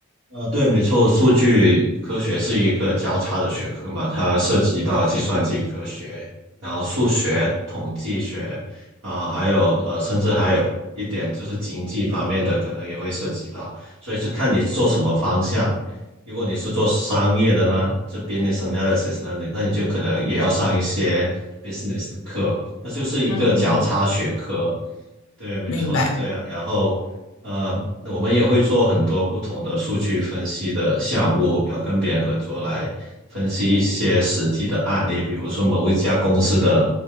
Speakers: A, on the right (about 70°); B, on the left (about 80°).
A: 呃，对，没错，数据科学是一个交叉的学科嘛，它涉及到计算机科学，然后数学、统计学，啊、还有呃，甚至还有一点就是经济方面的，可能也会涉及到，所以是看你做什么方向。如果你是做商业的呢，这 business analysis 呢，你那你就可能也要上一些 business 的课，它就是一个交叉学科。
B: 嗯嗯，
A: 对，没错，
B: 明白。
A: 是这样。然后，呃，那我们也会做很多不同的数据分析的项目，然后跟别人合作来分析一些实际的案例，比如说某一家公司的